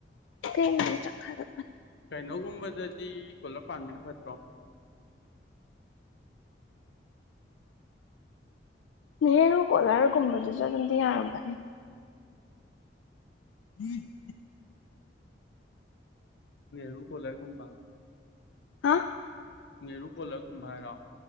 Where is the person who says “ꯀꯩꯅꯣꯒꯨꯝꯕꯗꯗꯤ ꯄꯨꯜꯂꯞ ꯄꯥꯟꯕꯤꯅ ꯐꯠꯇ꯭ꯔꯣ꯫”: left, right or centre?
Left